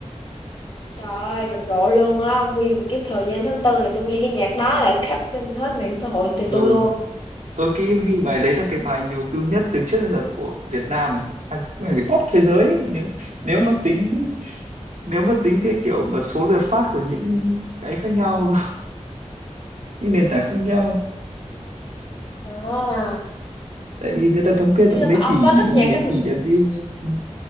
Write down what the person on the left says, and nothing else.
trời ơi rầm rộ luôn á nguyên một cái thời gian tháng tư là tôi nghe cái nhạc đó là khắp trên hết mạng xã hội thì
tôi luôn
à.
nhưng
mà ông
có thích nhạc
cách